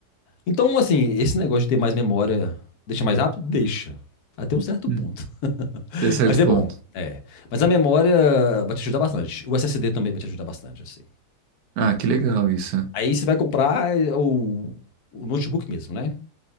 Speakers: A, on the left; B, on the right.
A: Então, assim, esse negócio de ter mais memória deixa mais rápido? Deixa. Até um certo
B: hum,
A: ponto.
B: até certo
A: Mas é
B: ponto.
A: bom. É. Mas a memória vai te ajudar bastante. O SSD também vai te ajudar bastante, assim.
B: Ah, que legal isso.
A: Aí você vai comprar eh, o, o notebook mesmo, né?